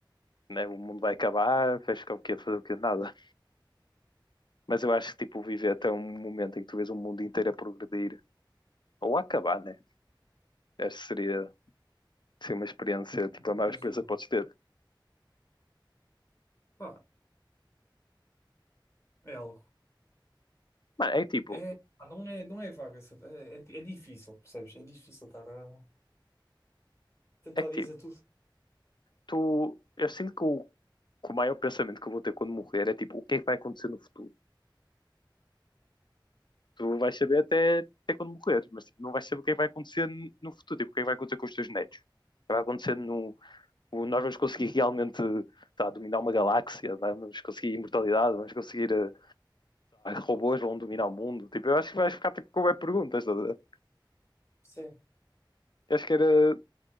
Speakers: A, on the left; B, on the left.
A: Né? O mundo vai acabar, vais ficar o quê? Fazer o quê? Nada. Mas eu acho que tipo, viver até um momento em que tu vês o mundo inteiro a progredir ou a acabar, né? Essa seria, seria uma experiência, tipo, a maior
B: Desde
A: experiência
B: o nome.
A: que podes ter.
B: Pá, é algo.
A: Mano, é que tipo,
B: É, pá, não é, não é vaga, sabe? é, é, é difícil, percebes? É difícil estar a tentar
A: é que
B: dizer
A: tipo,
B: tudo.
A: tu, eu sinto que o, que o maior pensamento que eu vou ter quando morrer é tipo, o que é que vai acontecer no futuro? Tu vais saber até, até quando morrer, mas tipo, não vais saber o que é que vai acontecer no futuro, tipo, o que é que vai acontecer com os teus netos, o que vai acontecer no, nós vamos conseguir realmente tá, dominar uma galáxia, tá? vamos conseguir imortalidade, vamos conseguir, eh, robôs vão dominar o mundo. Tipo, eu acho que vais ficar tipo, com web perguntas, estás a ver?
B: Sim,
A: Eu acho que era.